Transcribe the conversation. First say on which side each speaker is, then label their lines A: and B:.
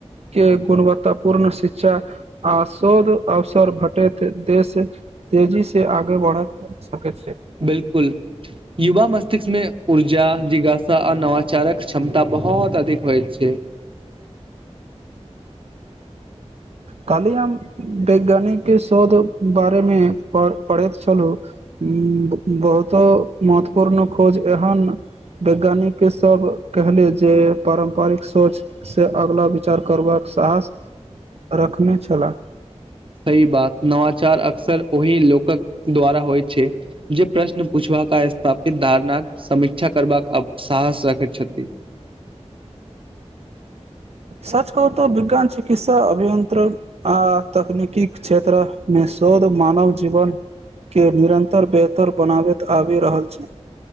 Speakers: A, on the right (about 65°); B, on the right (about 50°).
A: के गुणवत्ता पूर्ण शिक्षा आ शोध अवसर भेटैत देश तेजी से आगे बढ़ा सकैत छै
B: बिल्कुल युवा मस्तिष्कमे ऊर्जा जिज्ञासा आ नवाचारक क्षमता बहुत बहुँत अधिक होए छै <inaudible>
A: खाली हम वैज्ञानिक शोध बारेमे पढ पढ़ैत छलहुँ बहुतो महत्वपूर्ण खोज एहन वैज्ञानिकके सभ कहले जे पारम्परिक सोचसँ अगला विचार करबाक साहास
B: <inaudible>
A: रखने छलाह
B: सही बात नवाचार अकसर ओहि लोकक द्वारा होइ छै जे प्रश्न पूछबाक आ स्थापित धारना समीक्षा करबाक अव साहस रखैत छथि
A: सच कहू तऽ विज्ञान चिकित्सा अभियंत्रण आ तकनीकिक क्षेत्र मे शोध मानव जीवन के निरन्तर बेहतर बनाबैत आबि रहल छै